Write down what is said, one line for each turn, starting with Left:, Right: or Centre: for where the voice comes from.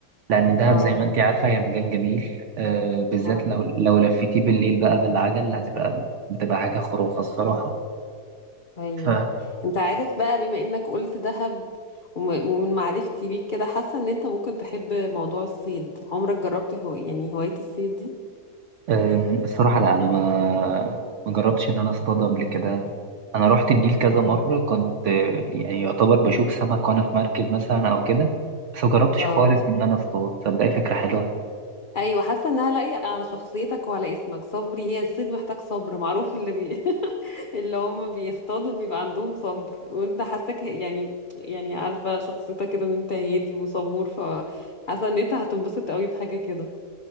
Right: لأن دهب
Left: اه
Right: زي ما أنت عارفة هي مكان جميل آه، بالذات
Left: آه.
Right: لو لو لفيتيه بالليل بقى بالعجل هتبقى بتبقى حاجة خرافة الصراحة
Left: ايوه
Right: ف
Left: أنت عارف بقى بما إنك قلت دهب وم- ومن معرفتي بيك كده حاسة إن أنت ممكن تحب موضوع الصيد عمرك جربت هو يعني هواية الصيد دي؟
Right: أم، الصراحة لا أنا ما ما جربتش إن أنا أصطاد قبل كده أنا رحت النيل كذا
Left: اه
Right: مرة كنت آه، يعني يعتبر بشوف سمك وأنا في مركب مثلا أو كده بس ما جربتش
Left: اه
Right: خالص إن أنا أصطاد صدقني فكرة حلوة
Left: ايوه حاسه انها لايقه على شخصيتك وعلى اسمك صبري هي الصيد محتاج صبر معروف اللي بي... <laughs> اللي هم بيصطادوا بيبقى عندهم صبر وانت حاساك يعني يعني عارفه شخصيتك كده ان انت هادي وصبور فحاسه ان انت هتنبسط قوي بحاجه كده